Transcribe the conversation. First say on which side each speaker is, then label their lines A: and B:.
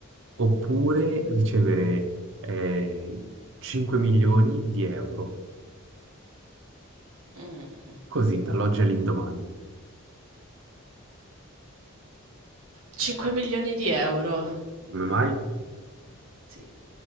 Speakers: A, on the right (about 60°); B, on the right (about 75°).
A: oppure
B: Mhm.
A: ricevere eh, 5 milioni di euro?
B: Mm. mm, mm.
A: Così, dall'oggi all'indomani.
B: 5.000.000 €. Mh.
A: Come mai?
B: Sì.